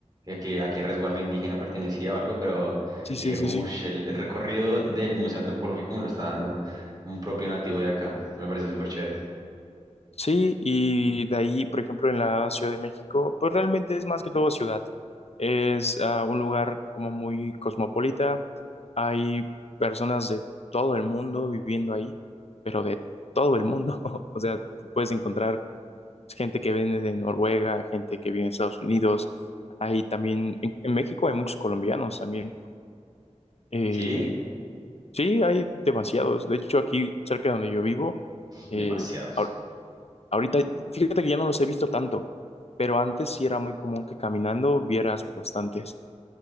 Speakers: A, on the right; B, on the left.
A: a qué, a qué resguardo indígena pertenecía o algo, pero
B: Sí,
A: dije,
B: sí, sí,
A: uff,
B: sí.
A: el, el recorrido del Museo Antropológico me lo está dando un propio nativo de acá. Me pareció súper chévere.
B: Sí, y de ahí, por ejemplo, en la Ciudad de México, pues realmente es más que todo ciudad. Es ah, un lugar como muy cosmopolita, Hay personas de todo el mundo viviendo ahí, pero de todo el mundo. <laughs> O sea, te puedes encontrar gente que viene de Noruega, gente que viene de Estados Unidos. Hay también, en, en México hay muchos colombianos también. Eh,
A: Sí,
B: sí, hay demasiados. De hecho, aquí cerca de donde yo vivo, eh,
A: demasiados.
B: ahor- ahorita, fíjate que ya no los he visto tanto, pero antes sí era muy común que caminando vieras bastantes.